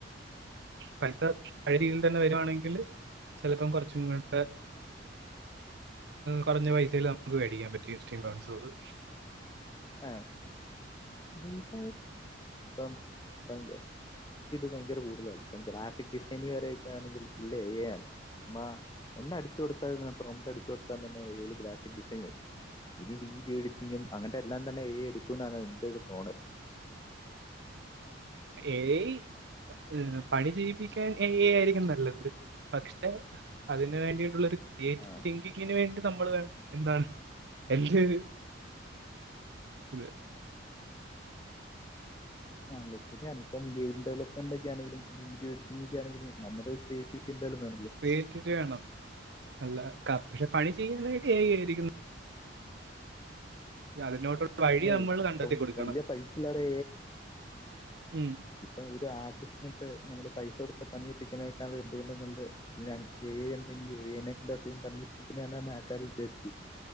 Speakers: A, on the right; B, on the left.
A: പൈസ പഴയ രീതിയിൽ തന്നെ വരുവാണെങ്കിൽ ചിലപ്പോം കൊറച്ചും ഇങ്ങട്ട് കൊറഞ്ഞ പൈസയിൽ നമുക്ക് മേടിക്കാൻ പറ്റും സ്റ്റീം കൗൺസുകള്
B: ആഹ ഈ സമയ ഇപ്പം <unintelligible> ഭയങ്കര കൂട്തലാണ് ഇപ്പം ഗ്രാഫിക് ഡിസൈനി വരെ ഇപ്പ ആണെങ്കി ഫുള്ള് എ ഐ ആണ് ചുമ്മാ ഒന്നും അടിച്ചു കൊടുത്ത പ്രൊമ്റ്റ് അടിച്ചു കൊടുത്താതന്നെ ഏ ഐ ൽ ഗ്രാഫിക്ക് ഡിസൈൻ വരും ഇനി വീഡിയോ എഡിറ്റിംഗും അങ്ങ എല്ലാം തന്നെ ഏ എടുക്കും എന്നാണ് എന്റെറെ ഒരു തോന്ന.
A: ഏയ് ള പണി ചെയ്യിപ്പിക്കാൻ ഏ ഇ എ ആയിരിക്കും നല്ലത് പക്ഷെ- അതിന് വേണ്ടിയിട്ടുള്ള ഒരു ക്രിയേറ്റ്തിങ്കിംങ്.
B: ആ
A: ഇതിന് വേണ്ടിട്ട് നമ്മൾ വേണം എന്താണ് എൽജ് ഇത്-
B: പറഞ്ഞത് ശരിാണ് ഇപ്പം ഗെയി ഡെലപ്മെനറ്റൊക്കെണേലും വീഡോ എഡിറ്റി്ങ്ങിക്കെണേലും നമ്മൾ ഡേറ്റിവിറ്റി എന്തായാലുവേണല്ലോ.
A: ക്രീറ്റിവിറ്റി വേണം അല്ല പക്ഷെ പണി ചെയ്യാനഐഡ ആയി ആയിരിക്ക ഇതറിഞ്ഞോട്ടുള്ള ഐഡിയ
B: അതെ
A: നമ്മൾ കണ്ടെത്തി
B: ഇപ്പം
A: കൊൊടുക്കണം
B: വലിയ പൈസ ഇല്ലാതെ
A: ഉം.
B: ഇപ്പൊ ഒരു ആർട്ടിസ്റ്റിനിട്ട് നമ്മള് പൈസ കൊടുത്ത പനിയെപ്പിക്കാനൊക്കെ അത് ഉണ്ടുകൊണ്ടുള്ളത് ഏ ഉണ്ടെങ്കി ഏനെന്തസം പണിരിപ്പിക്കുന്ന ആക്കാര് വിചാരിക്കൂ